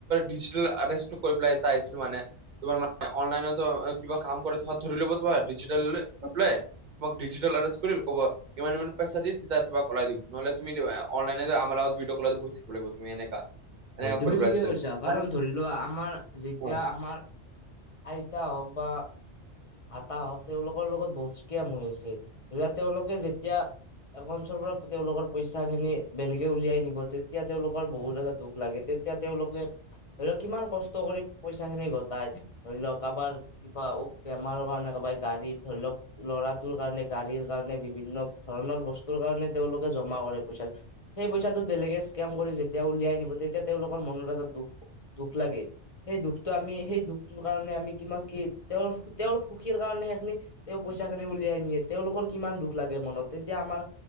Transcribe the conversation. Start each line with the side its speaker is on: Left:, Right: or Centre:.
Right: ডিজিটেল আডেছটো কৰি পেলাই এটা আহিছিল মানে। তোমাৰ মা অনলাইনতো কিবা কাম কৰি থ ধৰি লব তোমাৰ ডিজিটেল <unintelligible> তোমাক ডিজিটেল এৰেচ কৰিল ক'ব ইমান ইমান পইচা দি, তেতিয়া তোমাক ওলাই দিম নহ'লে তুমি অনলাইনে আমাৰ ভিদিঅ' কলেজত বহি থাকিবা লাগিব তুমি এনেকা। এনেকা
Left: হয় তুমি
Right: কৰিব
Left: ঠিকে
Right: লাগিছিল
Left: কৈছা, কাৰণ
Right: মানে
Left: ধৰি লোৱা, আমাৰ যেতিয়া
Right: হয়,
Left: আমাৰ আইতা হওক বা- আটা হও'ক তেওঁলোকৰ লগত বহুত স্কেম হৈ আছে, ধৰি লোৱা তেওঁলোকে যেতিয়া একাঞ্চৰ পৰা তেওঁলোকৰ পইচা খিনি বেলেগে উলিয়াই নিব, তেতিয়া তেওঁলোকৰ বহুত এটা দুখ লাগে তেত তেতিয়া তেওঁলোকে ধৰি লোৱা কিমান কষ্ট কৰি পইচা খিনি ঘটাই, ধৰি লোৱা কাবাৰ কিবা বেমাৰৰ কাৰণে কবাই গাড়ী ধৰি লওক। ল'ৰাটোৰ কাৰণে গাড়ীৰ কাৰণে বিভিন্ন ধৰণৰ বস্তুৰ কাৰণে তেওঁলোকে জমা কৰে পইচা। সেই পইচাটো বেলেগে স্কেম কৰি, যেতিয়া উলিয়াই নিব তেতিয়া তেওঁলোকৰ মনত এটা দুখ দুখ লাগে, সেই দুখটো আমি সেই দুখটোৰ কাৰণে আমি কিমান কি তেওঁৰ তেওঁৰ সুখীৰ কাৰণে সেইখিনি তেওঁ পইচা খিনি উলিয়াই নিয়ে, তেওঁলোকৰ কিমান দুখ লাগে, মনত তেতিয়া আমাৰ